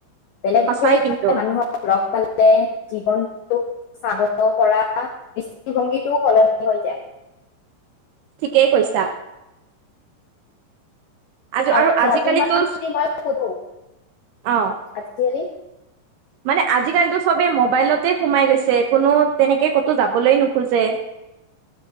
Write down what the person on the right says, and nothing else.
সঁচাই
কিন্তু
ঠিকেই কৈছা। আজ
আৰু আজিকালিতো
অঁ
মানে আজিকালিটো। চবে মোবাইলতে সোমাই গৈছে কোনো তেনেকে ক'তো যাবলৈ নোখোজে।